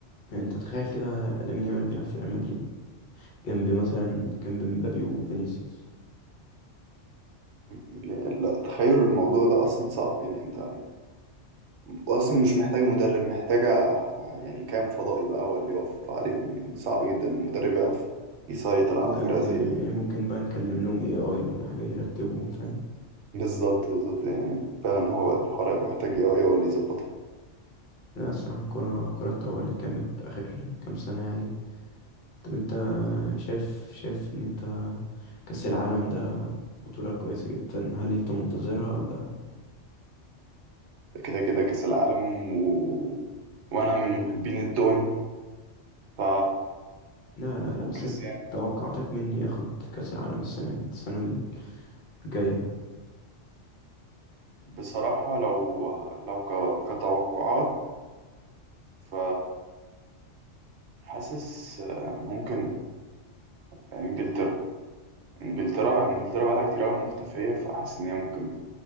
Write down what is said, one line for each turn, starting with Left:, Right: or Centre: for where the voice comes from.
Left: يعني انت تخيل كده لامين يامال بيلعب في ريال مدريد جنب مثلا جنب مبابي وفينيسيوس
Right: يعني لا تخيل الموضوع ده اصلا صعب يعني انت واصلا مش محتاجة مدرب محتاجة ح- يعني كام فضائي بقى هو اللي يقف عليهم يعني صعب جدا ان المدرب يعرف يسيطر
Left: او
Right: على
Left: بجد
Right: فرقة زي
Left: يعني
Right: دي
Left: ممكن بقى نكلم لهم اي اي ولا حاجة يرتبهم فاهم
Right: بالظبط بالظبط يعني فعلا هو الحوار هيبقى محتاج اي هو اللي يظبطها
Left: لا الصراحة الكرة الكرة اتطورت جامد آخر كام سنة يعني طب انت شايف شايف ان انت كأس العالم ده بطولة كويسة جدا هل انت منتظرها ولا
Right: كده كده كأس العالم و... وانا من محبين الدون ف
Left: لا لا لا
Right: وكريستيانو
Left: بس انت توقعاتك مني ياخد كأس العالم السنة السنة الجاية
Right: بصراحة لو لو ك... كتوقعات ف حاسس آه، ممكن انجلترا انجلترا انجلترا بقالها كتير قوي مختفية فحاسس ان هي ممكن